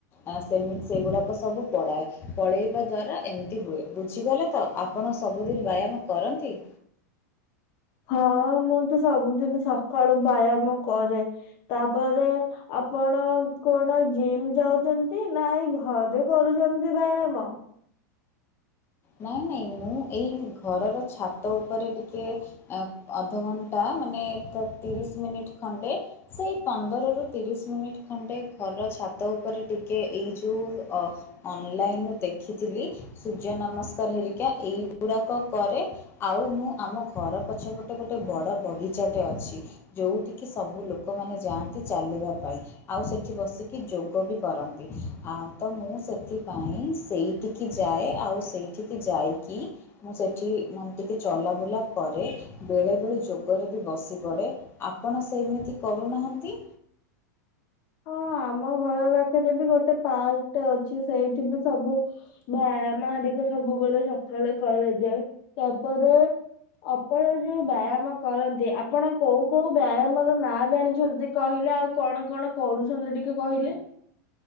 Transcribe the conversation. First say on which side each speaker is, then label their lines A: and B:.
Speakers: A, on the left (about 25°); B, on the left (about 45°).
A: ଆ ସେମିତି ସେଇଗୁଡାକ ସବୁ ପଳାଏ ପଳେଇବା ଦ୍ଵାରା ଏମିତି ହୁଏ। ବୁଝିଗଲେ ତ? ଆପଣ ସବୁଦିନ ବ୍ୟାୟାମ କରନ୍ତି?
B: ହଁ ମୁଁ ତ ସବୁଦିନ ସକାଳୁ ବ୍ୟାୟାମ କରେ। ତାପରେ, ଆପଣ? କଣ ଜିମ୍ ଯାଉଚ଼ନ୍ତି ନା, ଏଇ ଘରେ କରୁଚ଼ନ୍ତି ବାୟାମ?
A: ନାଇଁ ନାଇଁ ମୁଁ ଏଇ ଘରର ଛାତ ଉପରେ ଟିକେ ଆ ଅଧଘଣ୍ଟା ମାନେ ତ ତିରିଶ୍ ମିନିଟ୍ ଖଣ୍ଡେ ସେଇ ପନ୍ଦରରୁ ତିରିଶ୍ ମିନିଟ୍ ଖଣ୍ଡେ ଘରର ଛାତ ଉପରେ ଟିକେ ଏଇ ଯୋଉ ଅ ଅନଲାଇନ୍ ଉ ଦେଖିଥିଲି ସୂର୍ଯ୍ୟ ନମସ୍କାର ହେରିକା ଏଇଗୁରାକ କରେ। ଆଉ ମୁଁ ଆମ ଘର ପଛପଟେ ଗୋଟେ ବଡ଼ ବଗିଚାଟେ ଅଛି। ଯୋଉଠିକି ସବୁ ଲୋକମାନେ ଯାଆନ୍ତି ଚାଲିବା ପାଇଁ। ଆଉ ସେଠି ବସିକି ଯୋଗ ବି କରନ୍ତି ଆ ତ ମୁଁ ସେଥିପାଇଁ ସେଇଠି କି ଯାଏ ଆଉ ସେଇଠିକି ଯାଇକି ମୁଁ ସେଠି ମାନ୍ ଟିକେ ଚଲାବୁଲା କରେ। ବେଳେବେଳେ ଯୋଗରେ ବି ବସି ପଡ଼େ ଆପଣ ସେଇମିତି କରୁନାହାନ୍ତି।
B: ହଁ ଆମ ଘର ପାଖରେ ବି ଗୋଟେ ପାର୍କ ଟେ ଅଛି ସେଇଠି ବି ସବୁ ବାୟାମ ହରିକା ସବୁବେଳେ ସକାଳେ କରାଯାଏ। ତାପରେ ଅପଣ ଯୋଉ ବାୟାମ କରନ୍ତି ଆପଣ କୋଉ କୋଉ ବାୟାମର ନା ଜାଣିଛନ୍ତି କହିଲେ ଆଉ କଣ କଣ କରୁଛନ୍ତି ଟିକେ କହିଲେ?